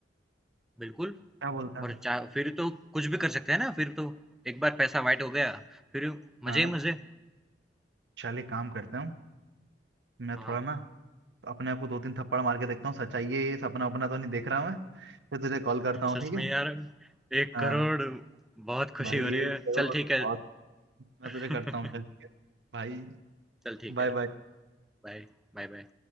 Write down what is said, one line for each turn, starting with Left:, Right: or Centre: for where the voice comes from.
Centre: बिल्कुल
Right: क्या बोलता है
Centre: और चा फिर तो कुछ भी कर सकते हैं ना, फिर तो। एक बार पैसा व्हाइट हो गया, फिर मज़े
Right: हाँ
Centre: ही मज़े।
Right: चल एक काम करता हूँ मैं
Centre: हाँ,
Right: थोड़ा ना अपने आप को दो तीन थप्पड़ मार के देखता हूँ सच्चाई है ये सपना अपना तो नहीं देख रहा मैं फिर तुझे कॉल करता हूँ
Centre: सच
Right: ठीक
Centre: में
Right: है
Centre: यार 1
Right: हाँ
Centre: करोड़ बहुत खुशी
Right: भाई
Centre: हो रही है।
Right: एक करोड़
Centre: चल ठीक
Right: बहुत
Centre: है।
Right: मैं
Centre: <laughs>
Right: तुझे करता हूँ चल ठीक है भाई
Centre: चल ठीक
Right: बाय
Centre: है।
Right: बाय
Centre: Bye, bye-bye.